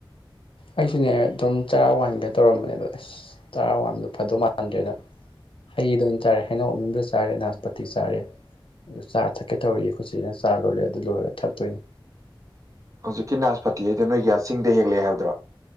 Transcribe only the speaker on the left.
ꯑꯩꯁꯨꯅꯦ ꯑꯗꯨꯝ ꯆꯥꯔꯥ ꯋꯥꯟꯒꯦ ꯇꯧꯔꯝꯕꯅꯦ ꯑꯗꯣ ꯑꯁ ꯆꯥꯔꯥ ꯋꯥꯟꯕꯗꯣ ꯐꯗꯧ ꯃꯥꯟꯗ꯭ꯔꯦꯅ ꯍꯩꯗꯣ ꯑꯣꯏꯅ ꯆꯥꯔꯦ ꯍꯩꯅꯧ ꯑꯃꯨꯟꯕ ꯆꯥꯔꯦ ꯅꯥꯁꯄꯇꯤ ꯆꯥꯔꯦ ꯑꯗꯨ ꯆꯥ ꯊꯛꯀꯦ ꯇꯧꯔꯤ ꯑꯩꯈꯣꯢ ꯆꯦꯅ ꯆꯥ ꯂꯣꯜꯂꯤ ꯑꯗꯨ ꯂꯣꯏꯔꯒ ꯊꯛꯇꯣꯏꯅꯤ